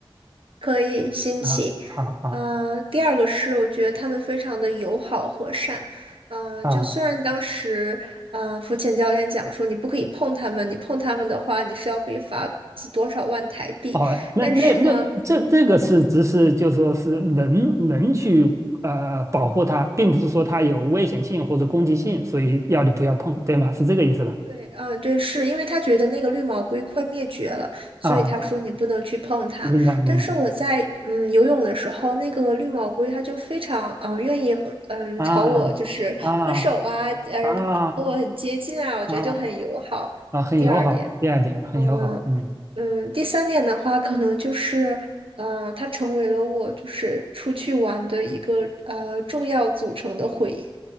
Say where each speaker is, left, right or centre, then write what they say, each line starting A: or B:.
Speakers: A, on the right; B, on the right.
A: 可以新奇。
B: 啊啊啊
A: 嗯、第二个是，我觉得他们非常的友好和善。嗯、
B: 啊。
A: 就虽然当时，嗯、福浅教练讲说你不可以碰他们，你碰他们的话，你是要被罚几多少万台币。
B: 哦，那那那这这个是只是就说是能能去呃保护它，
A: 但是呢，
B: 并不是说它有危险性或者攻击性，所以要你不要碰，对吗？是这个意思吧？
A: 对，嗯，对，是因为他觉得那个绿毛龟快灭绝了，所以他说你不能去碰它。
B: 啊，明白明白。
A: 但是我在嗯游泳的时候，那个绿毛龟它就非常嗯愿意和嗯朝我就是挥手啊，
B: 啊啊
A: 嗯和我很接近啊，
B: 啊
A: 我觉得就很友好。
B: 啊啊，很友好，
A: 第二点，
B: 第二点很友好，
A: 嗯。
B: 嗯
A: 嗯，第三点的话，可能就是，呃，它成为了我就是出去玩的一个呃重要组成的回忆，